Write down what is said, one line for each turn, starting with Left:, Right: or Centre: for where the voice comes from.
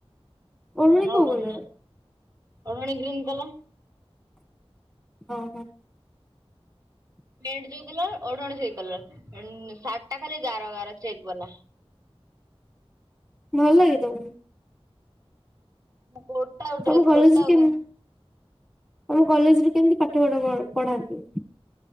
Centre: ଓଢଣୀ
Right: ହ ମାନ
Centre: କୋଉ
Right: ଓ ଢଣା
Centre: କଲର
Right: ଓଢଣୀ ଗ୍ରିନ୍‌ କଲରର
Centre: ଓହୋ
Right: ପେଣ୍ଟ ଯେଉ କଲର ଓ ଢଣୀ ସେଇ କଲର ଉ ସାର୍ଟ ଟା ଖାଲି ଗାର ଗାର ଚେକ୍ ବାଲା
Centre: ଭଲ ଲାଗେ ତମ କୁ
Right: ମୋ କୋଟ ଟା ଆଉ
Centre: ତମ
Right: ଡ୍ରେସ
Centre: କଲେଜରେ
Right: କୋଟ ଆଉ
Centre: କେମି
Right: କ
Centre: ତମ କଲେଜରେ କେମିତି ପାଠ ପାଠ ପଢାନ୍ତି?